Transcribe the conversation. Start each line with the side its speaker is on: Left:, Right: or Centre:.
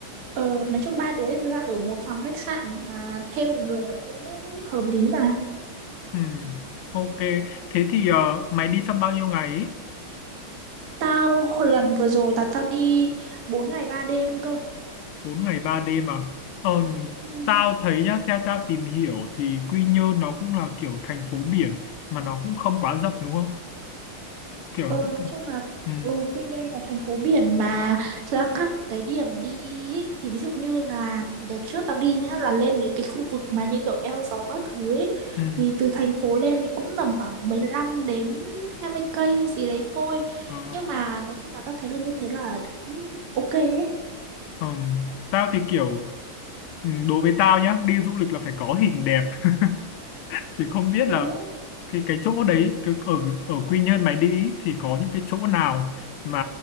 Right: ờ, nói chung ba đứa thực ra ở một phòng khách sạn mà thêm một người nữa cũng hợp lý mà.
Left: ừm, ok thế thì ờ, mày đi trong bao nhiêu ngày ý?
Right: Tao hồi lần vừa rồi là tao đi 4 ngày 3 đêm cơ.
Left: bốn ngày ba đêm mà ờ,
Right: Ừ.
Left: tao thấy nhá theo tao tìm hiểu thì Quy Nhơn nó cũng là kiểu thành phố biển mà nó cũng không quá rộng đúng không kiểu
Right: Ờ,
Left: cũng
Right: nói chung là
Left: ừ,
Right: ừ, Quy Nhơn là thành phố biển mà thực ra các cái điểm đi ý, thì ví dụ như là đợt trước tao đi nhá là lên cái, cái khu vực mà những kiểu eo gió các thứ ấy,
Left: ừ,
Right: thì từ thành phố lên thì cũng tầm khoảng mười lăm đến hai mươi cây gì đấy thôi.
Left: ờ,
Right: Nhưng mà nói chung là tao thấy là như thế là cũng ok ấy.
Left: ờ. tao thì kiểu ừ, đối với tao nhá đi du lịch là phải có hình đẹp <laughs> thì không biết
Right: Đúng.
Left: là cái cái chỗ đấy cái, ở ở Quy Nhơn mày đi ý, thì có những cái chỗ nào mà